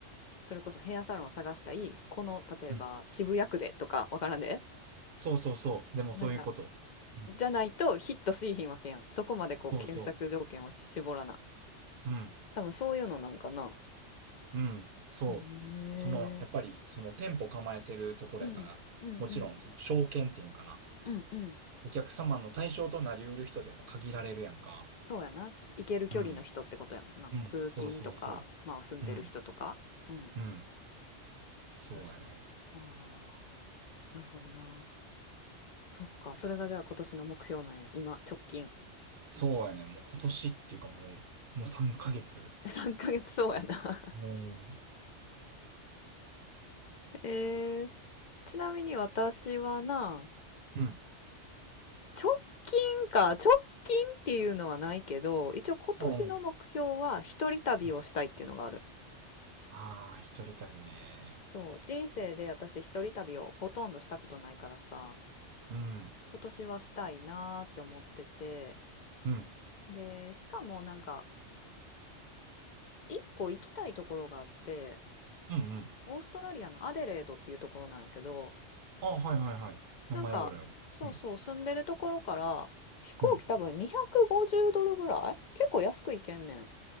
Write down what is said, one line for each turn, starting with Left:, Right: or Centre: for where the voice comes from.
Left: それこそヘアサロンを探したいこの例えば渋谷区でとかわからんで
Right: うん。そうそうそう。でもそういうこと。
Left: なんか
Right: うん、
Left: じゃないとヒットしいひんわけやんそこまでこう検索条件を絞らな
Right: そうそう。うん、
Left: 多分そういうのなんかな
Right: うん、そう。
Left: へえ
Right: その、やっぱり、その店舗構えてるところやから、
Left: うんうんうんうん
Right: もちろん、その、証券っていうんかな。
Left: うんうん
Right: お客様の対象となりうる人ってやっぱ限られるやんか。
Left: そうやな行ける距離の人ってことやもんな通勤とかまあ住んでる人とかうん
Right: うん。うん。そうそうそう。うん。うん。そうやね。
Left: 確かにああなるほどなそっかそれがじゃあ今年の目標なんや今直近
Right: そうやね。もう今年っていうかもう、もう3ヶ月。
Left: 3ヶ月そうやな。
Right: もう、
Left: <laughs> えー、ちなみに私はな、
Right: うん。
Left: 直近か、直近っていうのはないけど、一応今年の目標は一人旅をしたいっていうのがある。
Right: うん。ああー、一人旅ね。
Left: そう、人生で私一人旅をほとんどしたことないからさ、
Right: うん。
Left: 今年はしたいなーって思ってて、
Right: うん。
Left: で、しかもなんか、一個行きたいところがあって、
Right: うん。うん。
Left: オーストラリアのアデレードっていうところなんやけど、
Right: ああ、はいはいはい。名前ぐらいは。
Left: なんか、そうそう、
Right: うん。
Left: 住んでるところから、飛行機多分250ドルぐらい結構安く行けんねん。
Right: うん。